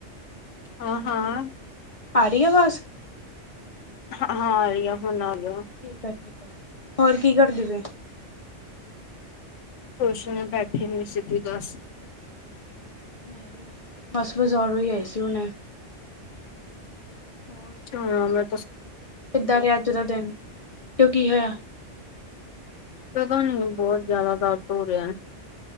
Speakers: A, on the left; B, on the left.
A: ਹਾਂ-ਹਾਂ
B: ਆ ਰਹੀ, ਆਵਾਜ਼।
A: ਹਾਂ, ਆਰੀ ਹੁਣ ਆ ਆ
B: ਠੀਕ ਆ ਠੀਕ ਆ, ਹੋਰ ਕੀ ਕਰਦੇ ਪਏ।
A: ਕੁੱਛ ਨੀ ਬੈਠੀ ਹੋਈ ਸੀ ਤੂੰ ਦੱਸ।
B: ਮੈਂ ਵੀ, ਬਸ ਬਜ਼ਾਰੋ ਹੀ ਆਈ ਸੀ ਹੁਣੇ। ਹੋਰ
A: ਹਾਂ ਮੈਂ
B: ਕਿੱਦਾਂ ਰਿਹਾ ਅੱਜ ਦਾ ਦਿਨ, ਕਿਉਂ ਕੀ ਹੋਇਆ।
A: ਪਤਾ ਨੀ ਹੁਣ ਬਹੁਤ ਜ਼ਿਆਦਾ ਦਰਦ ਹੋ ਰਿਹਾ।